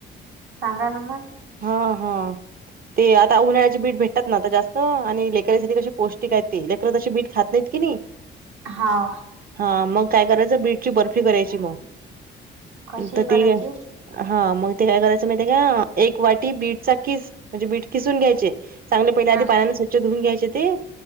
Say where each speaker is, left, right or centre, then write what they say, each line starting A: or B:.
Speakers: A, on the right (about 70°); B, on the right (about 45°).
A: सांगा ना, म.
B: हां हां, ते आता उन्हाळ्याचे बिट भेट तात णा, आता जास्त आणि लेकरांसाठी कशी पौष्टिक येत ति, लेकरं तशी बीट खात, नहीत कि नी?
A: हां.
B: हं, मग काय करायचं, बीटची बर्फी करायची म,
A: कशी
B: त
A: करायची
B: ते हं, मग ते काय करायचं, माहिती का, एक वाटी बीट चा किस, म्हणजे बीट किसून घ्यायचे चांगले पहिले आधी
A: हम्म
B: पाण्याने, स्वच्छ धुऊून घ्यायचे ते,